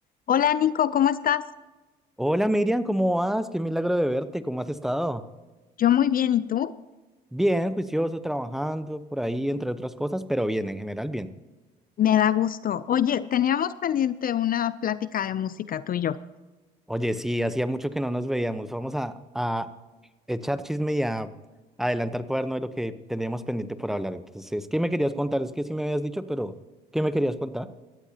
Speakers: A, on the left; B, in the centre.
A: Hola Nico, ¿cómo estás?
B: Hola Miriam, ¿cómo vas? Qué milagro de verte, ¿cómo has estado?
A: Yo muy bien, ¿y tú?
B: Bien, juicioso, trabajando por ahí, entre otras cosas, pero bien, en general bien.
A: Me da gusto. Oye, teníamos pendiente una plática de música tú y yo.
B: Oye, sí, hacía mucho que no nos veíamos. Vamos a, a echar chisme y a adelantar cuaderno de lo que teníamos pendiente por hablar. Entonces, ¿qué me querías contar? Es que sí me habías dicho, pero ¿qué me querías contar?